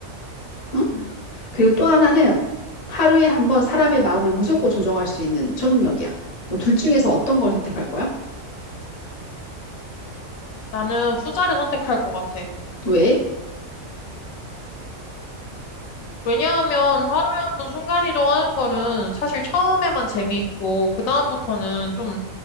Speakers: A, on the left; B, on the left.
A: 응?
B: 음,
A: 그리고 또 하나는 하루에 한번 사람의 마음을 무조건 조종할 수 있는 초능력이야. 뭐둘 중에서 어떤 걸 선택할 거야?
B: 나는 후자를 선택할 것 같아.
A: 왜?
B: 왜냐하면 하루에 한 번 순간이동하는 거는 사실 처음에만 재미있고, 그다음부터는 좀